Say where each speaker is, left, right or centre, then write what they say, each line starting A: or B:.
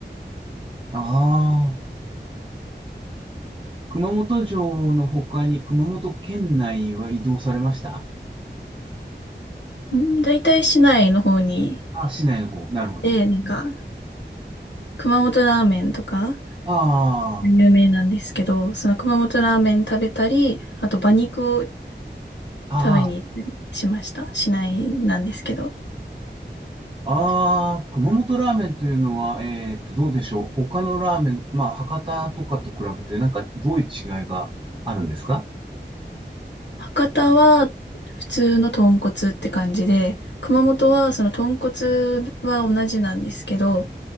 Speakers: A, on the right (about 25°); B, on the left (about 75°).
A: あー、熊本城の他に熊本県内は移動されました
B: うん、大体市内の方に、
A: あ、市内の方、なるほど。
B: で、なんか、熊本ラーメンとか
A: あ
B: 有名なんですけど、その熊本ラーメン食べたり、あと馬肉を
A: あ、
B: 食べに行ったりしました。
A: ああ、
B: 市内なんですけど。
A: ああ、熊本ラーメンというのは、えっと、どうでしょう。他のラーメン、まあ、博多とかと比べて、なんか、どういう違いがあるんですか
B: 博多は普通の豚骨って感じで、熊本はその豚骨は同じなんですけど、